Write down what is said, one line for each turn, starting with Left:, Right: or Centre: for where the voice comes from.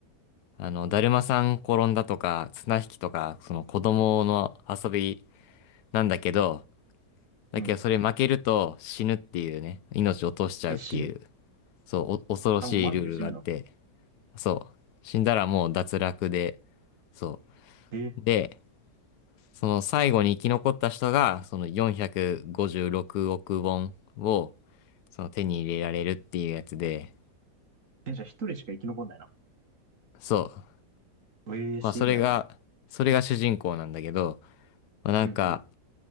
Left: あの、だるまさん転んだとか、綱引きとか、その子供の遊びなんだけど、
Right: うん。
Left: だけどそれ負けると死ぬっていうね、命を落としちゃうっていう
Right: え、死ぬ
Left: そう、お恐ろしいルールがあって、
Right: あ、もうマジで死ぬの
Left: そう、死んだらもう脱落で、そ
Right: えー、
Left: う。で、その最後に生き残った人が、その456億ウォンを、その手に入れられるっていうやつで、
Right: え、じゃあ一人しか生き残んないな。
Left: そう。
Right: ええ、
Left: まあそれが、
Right: シビアだな。
Left: それが主人公なんだけど、まあなんか、
Right: うんうん。